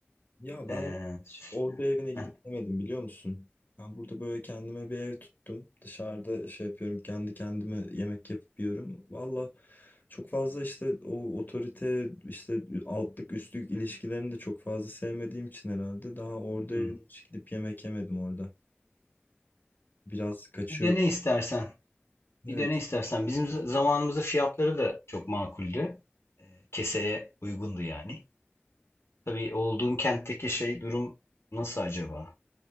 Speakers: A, on the left (about 45°); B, on the left (about 80°).
A: Ya
B: E,
A: ben Orada evine gidip
B: heh,
A: demedim biliyor musun? Ben burada böyle kendime bir ev tuttum. Dışarıda şey yapıyorum kendi kendime yemek yapıp yiyorum. Valla çok fazla işte o otorite işte altlık üstlük ilişkilerini de çok fazla sevmediğim için herhalde daha orada
B: hı.
A: evine hiç gidip yemek yemedim orada. Biraz kaçıyorum.
B: bir de ne istersen
A: Evet.
B: bir de ne istersen bizim z- zamanımızda fiyatları da çok makuldü. E, keseye uygundu yani. Tabii olduğun kentteki şey durum nasıl acaba?